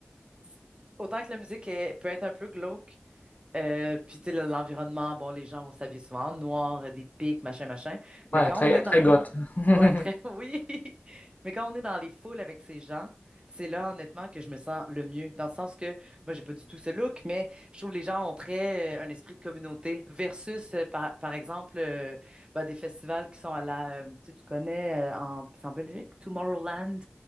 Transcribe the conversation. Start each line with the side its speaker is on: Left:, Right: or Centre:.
Right: c- autant que la musique est- peut être un peu glauque, euh, puis tu sais, le- l'environnement, bon, les gens vont s'habiller souvent en noir, euh, des pics, machin, machin. Mais
Left: Ouais,
Right: quand
Left: très
Right: on est
Left: très
Right: dans,
Left: goth. <laughs>
Right: Ouais, très, <laughs> oui. Mais quand on est dans les foules avec ces gens, c'est là, honnêtement, que je me sens le mieux. Dans le sens que, moi, j'ai pas du tout ce look, mais je trouve que les gens ont très euh, un esprit de communauté versus, euh, par, par exemple, euh, bah, des festivals qui sont à la, euh, tu sais, tu connais, euh, en, c'est en Belgique, Tomorrowland.